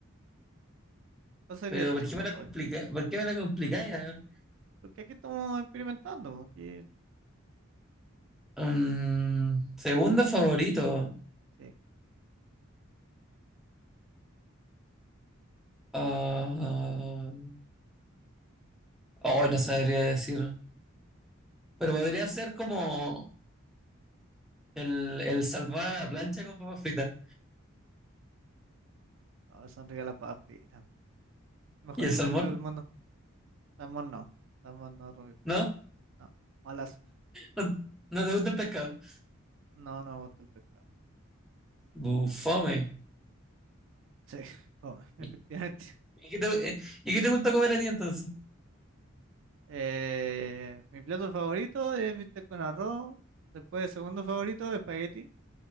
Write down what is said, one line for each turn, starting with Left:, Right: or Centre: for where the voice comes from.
Right: ¿cuál sería
Centre: Pero
Right: tu
Centre: ¿por
Right: segundo
Centre: qué me la
Right: favorito?
Centre: complica? ¿Por qué me la complicáis? A ver.
Right: Porque aquí estamos experimentando, po, aquí,
Centre: Mm, segundo favorito.
Right: sí,
Centre: Ah, oh, no sabría decir. Pero podría ser como el, el salmón a la plancha con papas fritas.
Right: no, son ricas las papas fritas. Mejor
Centre: ¿Y el
Right: invento
Centre: salmón?
Right: del mundo. Salmón no, salmón no, Rubio,
Centre: ¿No?
Right: no, malas,
Centre: ¿No, no te gusta el pescado?
Right: no, no me gusta el pescado.
Centre: Bufome.
Right: Sí, <laughs> come, efectivamente.
Centre: ¿Y, y qué te, eh, ¿y qué te gusta comer a ti entonces?
Right: Eh, mi plato favorito es bistec con arroz, después segundo favorito, espagueti,